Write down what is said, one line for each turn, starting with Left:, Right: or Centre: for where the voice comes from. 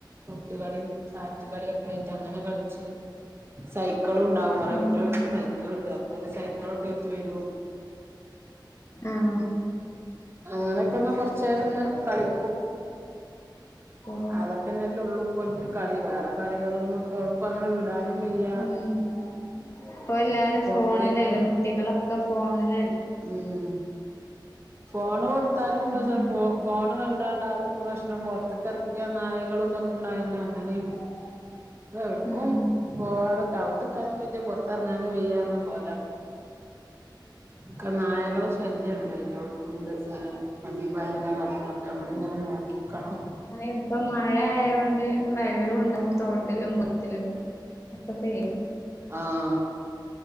Right: തൊട്ട് കളിയും സാറ്റ് കളിയോക്കെ ആയിട്ട് അങ്ങനെ കളിച്ച് സൈക്കളുണ്ടാവും കോറെ
Left: ഉം
Right: കുട്ടയെളെട്ത്ത് സൈക്കള്ണ്ട് അപ്പോല് സൈക്കളൊക്കെ ആയിട്ട് വരും
Left: ആഹ്
Right: അങ്ങനൊക്കെ ഒന്ന് കൊർച്ചെരം ഒന്ന് കളിക്കും
Left: ഓ
Right: അതൊക്കെന്നെല്ലേ ഉള്ളു ഇപ്പോൽക്ക് കളി വേറെ കളികളൊന്നും ഇപ്പോ അവർക്കും അങ്ങനെ വീ കാനും വയ്യ
Left: ഉം ഇപ്പോ എല്ലാരും
Right: പൊറത്തേക്ക്
Left: ഫോണിലല്ലേ കുട്ടികളൊക്കെ ഫോണിലല്ലേ
Right: ഉം ഫോണ് കൊട്ത്താലും പ്രശ്നം
Left: ഉം
Right: ഫോ ഫോണ് കണ്ടാണ്ട് അതും പ്രശ്നം പൊറത്ത്ക്ക്‌ എർ ക്യാ നായകളും തോക്കണ്ടായോണ്ട് അങ്ങനിം
Left: <inaudible>
Right: പ്പോ എവ്ട്ക്കും
Left: ഉം
Right: പോവാതെ അകത്ത്ക്കാനും വെയ്യാ പൊർത്ത് എറങ്ങാനും വെയ്യാന്ന് പറഞ് പോല ഒക്ക നായകളെ ശല്ല്യണ്ട് എല്ലോട്ത്തുണ്ട് നാള. മണ്ടി പാഞ്ഞ് ഇങ്ങെനെ നടക്ക അപ്പോ നമ്മൾ ഇങ്ങനെ നോക്കിക്കണം.
Left: ഇപ്പോ മഴ ആയകോണ്ട്. വെള്ളോണ്ടാവും തോട്ടിലും കൊളത്തിലും ഒക്കെ. ഒക്കെ പേര്
Right: ആഹ്